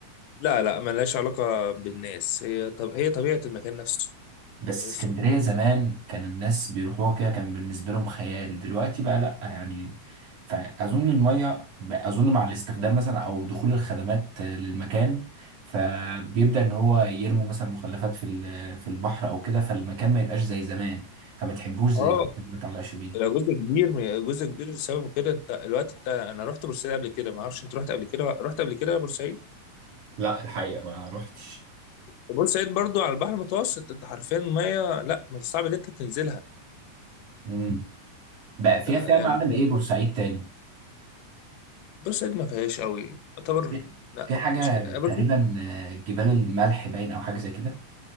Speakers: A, on the left; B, on the right.
A: لا لا ملهاش علاقه بالناس هي طب هي طبيعه المكان نفسه
B: بس
A: هي
B: اسكندرية
A: صح.
B: زمان كان الناس بيروحوها كده كان بالنسبة لهم خيال دلوقتي بقى لأ يعني فأظن المية بقى- أظن مع الاستخدام مثلا أو دخول الخدمات آه، للمكان فبيبدأ إن هو يرموا مثلا مخلفات في ال- في البحر أو كده فالمكان ما يبقاش زي زمان فما تحبوش زي
A: اه
B: زمان ما تعلقش بيه
A: لو جزء كبير من- جزء كبير لسبب كده انت الوقت انت انا رحت بورسعيد قبل كده ما اعرفش انت رحت قبل كده رحت قبل كده بورسعيد
B: لا الحقيقة ما روحتش
A: بورسعيد برضو على البحر المتوسط انت حرفيا الميه لا ما صعب ان انت تنزلها
B: مم. بقى
A: لا
B: فيها فيها
A: يعني
B: معالم إيه بورسعيد تاني
A: بورسعيد ما فيهاش قوي يعتبر
B: في
A: لا
B: في حاجة
A: ما فيهاش آه، بورسعيد
B: تقريبا آه، جبال الملح باين أو حاجة زي كده